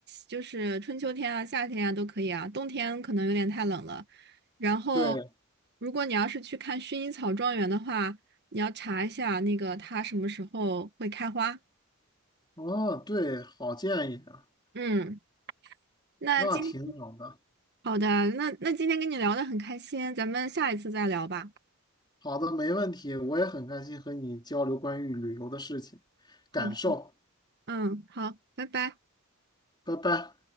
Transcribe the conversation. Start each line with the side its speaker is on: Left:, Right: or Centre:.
Right: 就是春秋天啊、夏天啊都可以啊，冬天可能有点太冷了。然后，
Left: 对，
Right: 如果你要是去看薰衣草庄园的话，你要查一下那个它什么时候会开花。
Left: 哦，对，好建议啊，
Right: 嗯，那今天
Left: 那挺好的。
Right: 好的，那那今天跟你聊的很开心，咱们下一次再聊吧。
Left: 好的，没问题，我也很开心和你交流关于旅游的事情，
Right: 好的，
Left: 感受。
Right: 嗯，好，拜拜。
Left: 拜拜。